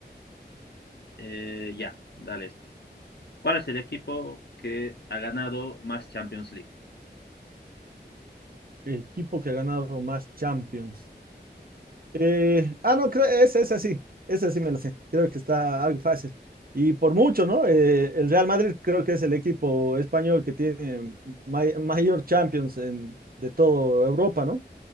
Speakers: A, on the left (about 70°); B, on the right (about 55°).
A: eh, ya, dale esto. ¿Cuál es el equipo que ha ganado más Champions League?
B: Equipo que ha ganado más Champions. Eh, ah, no, creo, esa, esa sí, esa sí me la sé. Creo que está algo fácil. Y por mucho, ¿no? Eh, el Real Madrid creo que es el equipo español que tiene may- mayor Champions en- de toda Europa, ¿no?